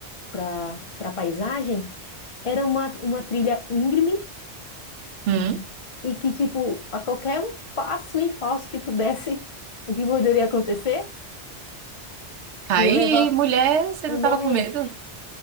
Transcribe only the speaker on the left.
para para paisagem era uma, uma trilha íngreme
e que tipo a qualquer um passo em falso que tu desse, o que poderia acontecer?
Tu ia levar
e
morrer.